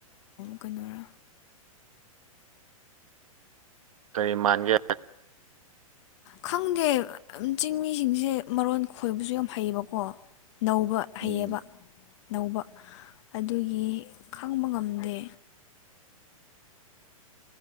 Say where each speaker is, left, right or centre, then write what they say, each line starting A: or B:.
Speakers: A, on the left (about 55°); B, on the right (about 70°).
A: ꯀꯩꯅꯔꯥ
B: ꯀꯔꯤ ꯃꯥꯟꯒꯦ
A: ꯈꯪꯗꯦ ꯆꯤꯡꯃꯤꯁꯤꯡꯁꯦ ꯃꯔꯣꯟ ꯈꯣꯏꯕꯁꯨ ꯌꯥꯝ ꯍꯩꯌꯦꯕꯀꯣ ꯅꯧꯕ ꯍꯩꯌꯦꯕ
B: ꯎꯝ
A: ꯅꯧꯕ ꯑꯗꯨꯒꯤ ꯈꯪꯕ ꯉꯝꯗꯦ